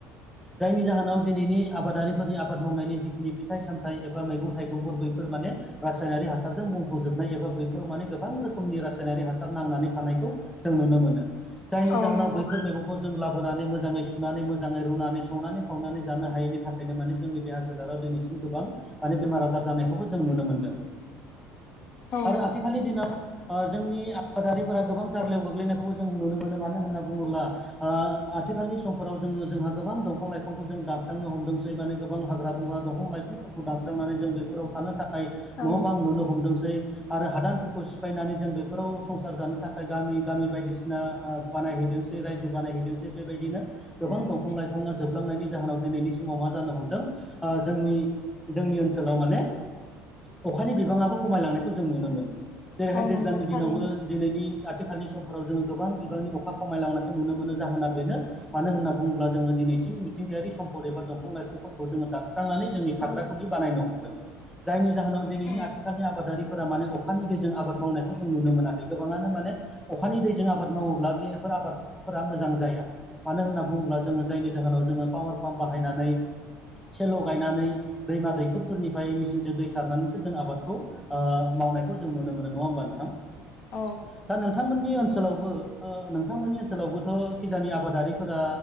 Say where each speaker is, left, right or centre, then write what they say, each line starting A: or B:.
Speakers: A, in the centre; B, on the left.
A: जायनि जाहोनाव दिनैनि आबादारि फोरनि आबाद मावनायनि जिखिनि फिथाइ सामथाइ एबा मैगं थाइगंफोर बैफोर माने रासायनारि हासारजों मुंफबजोब नाय एबा बैफोराव माने गोबां रोखोमनि रासायनारि हासार नांनानै थानायखौ जों नुनो मोनो। जायनि
B: औ
A: जाहोनाव
B: नंगौ
A: बैफोर मैगंखौ जों लाबोनानै मोजाङै सुनानै मोजाङै रुनानै संनानै खावनानै जानो हायैनि थाखायनो माने जोंनि देहा सोलेराव दिनैसिम गोबां माने बेमार आजार जानायखौबो जों नुनो मोनो
B: औ
A: आरो आथिखालनि दिनाव जोंनि आबादारिफोरा गोबां जार्लायाव गोग्लैनायखौबो जों नुनो मोनो मानो होनना बुङोब्ला आथिखालनि समफोराव जोङो जोंहा गोबां दंफां लाइफांखौ जों दानस्रांनो हमदों माने गोबां हाग्रा बंग्रा दंफां लाइफां दानस्रांनानै जों बेफोराव थानो थाखाय न'
B: औ
A: बां लुनो हमदोंसै आरो हादानफोरखौ सिफायनानै जों बेफोराव संसार जानो थाखाय गामि गामि बायदिसिना बानायहैदोंसै रायजो बानायहैदोंसै बेबायदिनो गोबां
B: उम
A: दंफां लाइफाङा जोबलांनायनि जाहोनाव दिनैनि समाव मा जानो हमदों जोंनि जोंनि ओनसोलाव माने अखानि बिबांआबो खमायलांनायखौ जों नुनो मोनो जेरैहाय
B: औ
A: दैज्लांनि
B: नंगौ थारैनो
A: दिनावबो दिनैनि आथिखालनि समफोराव जोङो गोबां बिबांनि
B: औ
A: अखा खमायलांनो हायो नुनो मोनो जाहोना बेनो मानो होनना बुङोब्ला जोङो दिनैसिम मिथिंगायारि सम्पद एबा दं दंफां लाइफांफोरखौ जो दानस्रि जोंनि थाग्रा
B: औ
A: खुलि बानायनो हमदों जायनि जाहोनाव दिनैनि
B: औ
A: आथिखालनि आबादारिखौ फोरा माने अखानि दैजों आबाद मावनायखौ जों नुनो मोनाखै गोबाङानो माने अखानि दैजों आबाद मावोब्ला बेफोर आबादफोरा मोजां जाया मानो होनना बुंब्ला बुङोब्ला जोङो जायनि जाहोनाव जोङो पावार पाम्प बाहायनानै सेल' गायनानै दैमा दैखरफोरनिफ्राय मेचिनजों दै सारनानैसो जों आबादखौ मावनायखौ जों नुनो मोनो नङा होमबा नोंथां दा
B: औ
A: नोंथां नोंथांमोननि ओनसोलावबो नोंथांमोननि ओनसोलावबोथ' खिजानि आबादारिफोरा